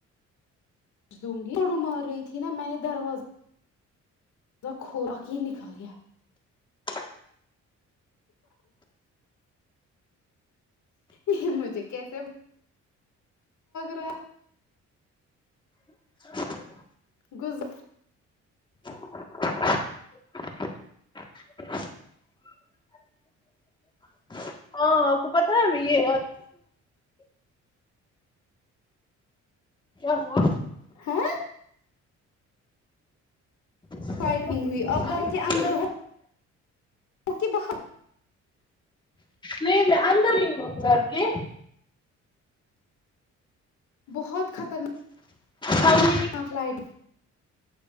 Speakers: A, on the left (about 70°); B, on the left (about 15°).
A: پج دوں گی جڑو مار رہی تھی نا میں نے دروازہ ا کا کوور کی نکل گیا
B: ہ <unintelligible>
A: یہ مجھے کیسےگ رہا
B: <unintelligible>
A: غز
B: <unintelligible> ہاں کو پت ہے یہ کیا ہوا
A: ہاں
B: بچوں
A: فائٹنگ
B: کی
A: ہوئی
B: دیدی
A: اب گھر
B: آئی
A: کے
B: تھی
A: اندر ہو اک بہ
B: نہیں میں اندر ہی ہووں کر کے
A: بہت خطرناک
B: ہم نکلے
A: ہ کلائٹ